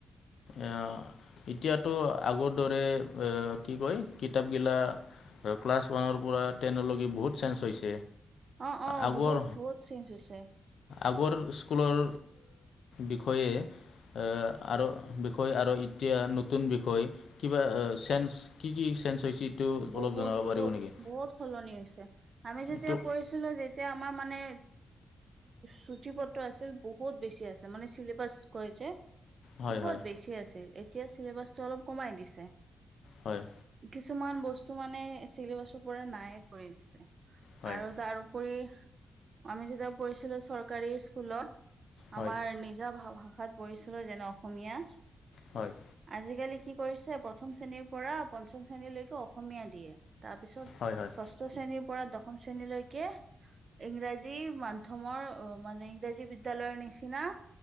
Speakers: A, on the left; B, on the right.
A: অ', এতিয়াতো আগৰ দৰে কি কয়, কিতাপ গিলা ক্লাছ ওৱান পৰা টেনলৈক বহুত চেঞ্জ হৈছে।
B: অ', অ',
A: আগৰ
B: বহুত, বহুত চেনচ হৈছে।
A: আগৰ স্কুলৰ বিষয়ে এ আৰু বিষয় আৰু এতিয়া নতুন বিষয়, কিবা চেঞ্জ কি, কি চেঞ্জ হৈছে। এইটো
B: বহুত,
A: অলপ জনাব
B: বহুত
A: পাৰিব নেকি
B: বহুত সলনি হৈছে। আমি যেতিয়া
A: এইটো
B: পঢ়িছোঁ ছিলো যেতিয়া আমাৰ মানে সূচীপত্ৰ আছিল বহুত বেছি আছে, মানে চিলেবাচ কয় যে।
A: হয়
B: বহুত
A: হয়
B: বেছি আছিল, এতিয়া চিলেবাছটো অলপ কমাই দিছে।
A: হয়
B: কিছুমান বস্তু মানে চিলেবাছৰ পৰা নাই কৰি দিছে,
A: হয়
B: আৰু তাৰ পঢ়ি আমি যেতিয়া পঢ়িছিলো চৰকাৰী স্কুলত
A: হয়
B: আমাৰ নিজা ভাষাত পঢ়িছিলো, যেনে, অসমীয়া।
A: হয়
B: আজিকালি কি কৰিছে, প্ৰথম শ্ৰেণীৰ পৰা পঞ্চম শ্ৰেণীলৈকে অসমীয়া দিয়ে। তাৰপিছত
A: হয় হয় হয়
B: ষষ্ঠ শ্ৰেণীৰ পৰা দশম শ্ৰেণীলৈকে ইংৰাজী মাধ্যমৰ মানে ইংৰাজী বিদ্যয়ালয়ৰ নিচিনা